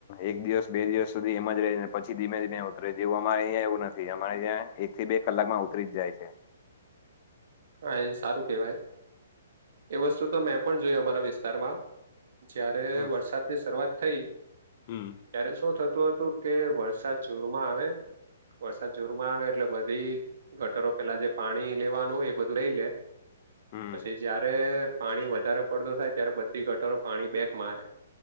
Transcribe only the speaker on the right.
હા એ સારું કેવાય એ વસ્તુ તો મેં પણ જોય અમારા વિસ્તારમાં. જયારે
વરસાદની શરૂઆત થઇ?
ત્યારે શું થતું હતું કે વરસાદ જોરમાં આવે વરસાદ જોરમાં આવે એટલે બધી ગટરો પેલા જે પાણી લેવાનું હોય. બધું લય લે
પછી જયારે પાણી વધારે પડતું થાય ત્યારે બધી ગટરો પાણી બેક મારે.